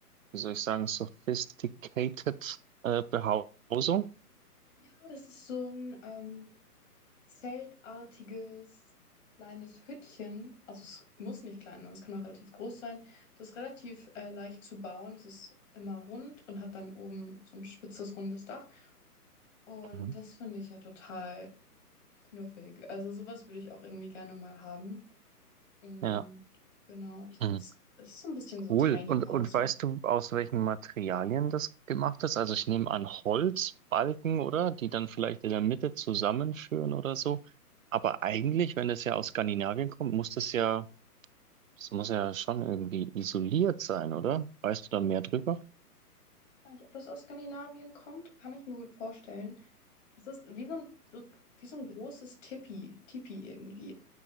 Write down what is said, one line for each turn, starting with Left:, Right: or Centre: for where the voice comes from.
Right: wie soll ich sagen, sophisticated äh, Behausung?
Left: Ja, das ist so ein ähm, zeltartiges kleines Hüttchen. Also es muss nicht klein sein, es kann auch relativ groß sein. Das ist relativ äh, leicht zu bauen. Es ist immer rund und hat dann oben so ein spitzes, rundes Dach. Und
Right: Mhm.
Left: das finde ich ja total knuffig. Also sowas würde ich auch irgendwie gerne mal haben. Und
Right: Ja,
Left: genau, ich,
Right: hm.
Left: es ist so ein bisschen so
Right: Cool.
Left: Tiny
Right: Und,
Left: House.
Right: und weißt du, aus welchen Materialien das gemacht ist? Also ich nehme an Holzbalken, oder? Die dann vielleicht in der Mitte zusammenführen oder so. Aber eigentlich, wenn das ja aus Skandinavien kommt, muss das ja, das muss ja schon irgendwie isoliert sein, oder? Weißt du da mehr drüber?
Left: Gar nicht, ob das aus Skandinavien kommt, kann ich mir gut vorstellen. Das ist wie so ein, so- wie so ein großes Tipi, Tipi irgendwie.